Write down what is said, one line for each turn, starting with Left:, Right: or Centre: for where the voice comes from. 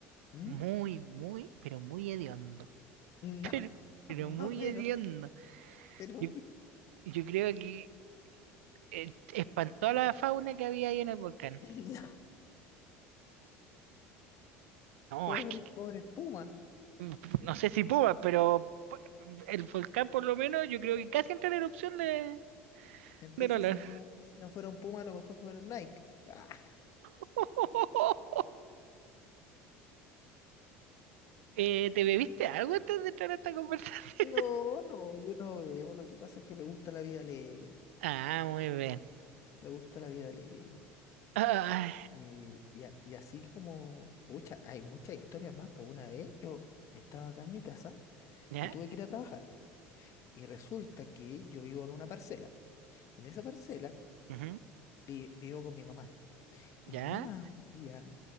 Left: ¿Mm?
Right: muy, muy, pero muy hediondo.
Left: No,
Right: <laughs> Pero, pero
Left: <laughs>
Right: muy
Left: pero,
Right: hediondo.
Left: pero,
Right: Yo, yo creo que eh, espantó a la fauna que había ahí en el volcán.
Left: <laughs>
Right: No,
Left: pobre,
Right: es que,
Left: pobre Puma.
Right: <laughs> no sé si pumas, pero el volcán por lo menos yo creo que casi entra en erupción de,
Left: Entonces,
Right: del olor.
Left: si no, si no fueron Puma, a lo mejor fueron Nike. Ah,
Right: <laughs> Eh, ¿te bebiste algo antes de entrar a esta conversación?
Left: No,
Right: <laughs>
Left: no, yo no bebo. Lo que pasa es que me gusta la vida alegre.
Right: Ah, muy bien.
Left: Me gusta la vida alegre.
Right: Ah,
Left: Eh, y, a- y así como, pucha, hay muchas historias más. Por una vez yo estaba acá en mi casa
Right: ya,
Left: y tuve que ir a trabajar. Y resulta que yo vivo en una parcela. En esa parcela
Right: ujú,
Left: vi- vivo con mi mamá. Y
Right: ya,
Left: mi mamá un día,